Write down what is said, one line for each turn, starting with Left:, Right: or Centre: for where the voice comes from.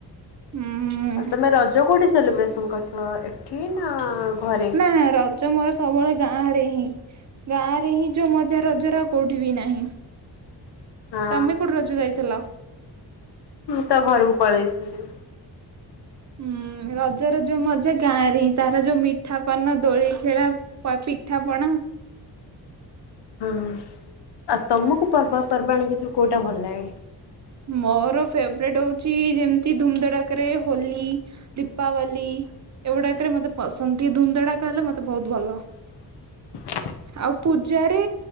Right: ହୁଁ
Left: ଆଉ ତମେ ରଜ କୋଉଠି ସେଲିବ୍ରେସନ କରିଥିଲ ଏଠି ନା? ଘରେ?
Right: ନା ର ରଜ ମୋର ସବୁବେଳେ ଗାଁ ରେ ହିଁ ଗାଁ ରେ ହିଁ ଯୋଉ ମଜା ରଜର ଆଉ କୋଉଠି ବି ନାହିଁ।
Left: ହଁ
Right: ତମେ କୋଉଠି ରଜ ଯାଇଥିଲ?
Left: ମୁଁ ତ ଘରକୁ ପଳେଇଥିଲି।
Right: ହୁଁ ରଜର ଯୋଉ ମଜା ଗାଁରେ ହିଁ ତାର ଯୋଉ ମିଠା ପାନ ଦୋଳି ଖେଳ। ପ ପିଠାପଣା।
Left: ଅଁ ଆଉ ତମକୁ ପର୍ବ ପର୍ବାଣୀ ଭିତରୁ କୋଉଟା ଭଲ ଲାଗେ?
Right: ମୋର ଫେବରେଟ୍ ହଉଚି ଯେମତି ଧୁମ ଧଡାକରେ ହୋଲି, ଦୀପାବଲୀ। ଏଗୁଡାକରେ ମତେ ପସନ୍ଦ ଟିକେ ଧୁମଧଡାକ ହେଲେ ମତେ ବହୁତ ଭଲ।
Left: ହ
Right: ଆଉ ପୂଜାରେ